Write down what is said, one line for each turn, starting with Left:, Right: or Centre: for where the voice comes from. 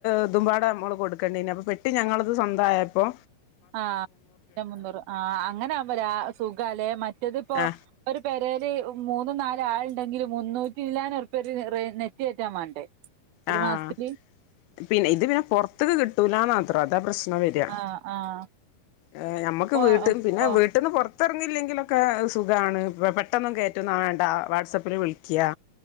Left: ഇതുമ്പാടെ നമ്മള് കൊടുക്കേണ്ടിന്നെ അപ്പോ പെട്ടി ഞങ്ങടത് സ്വന്തായപ്പോ
Right: ആഹ് മുന്നൂറ് ആഹ് അങ്ങനെ ആവുമ്പരാ സുഖാലേ മറ്റേത്പ്പോ
Left: ആ
Right: ഒരു പേരേല് മൂന്ന് നാല് ആൾ ണ്ടെങ്കിലും മുന്നൂറ്റിചില്ലാൻ റുപ്പിയക്ക് നെറ്റ് കേറ്റാൻ വേണ്ടേ ഒരു
Left: ആഹ്
Right: മാസത്തില്
Left: പിന്നെ ഇത് പിന്നെ പൊറത്ത്ക്ക് കിട്ടൂലന്ന് മാത്രം അതാ പ്രശ് നവര്ക
Right: ആഹ് ആഹ്
Left: ഏഹ് ഞമ്മുക്ക്
Right: പോ
Left: വീട്ട പിന്നെ
Right: പോ
Left: വീട്ടന്ന് പൊ ത്തിറങ്ങില്ലെങ്കിലൊക്കെ സുഖാണ് ഇപ്പോ പെട്ടന്നും കേറ്റേന്നും വേണ്ട വാട്സപ്പില് വിളിക്കാ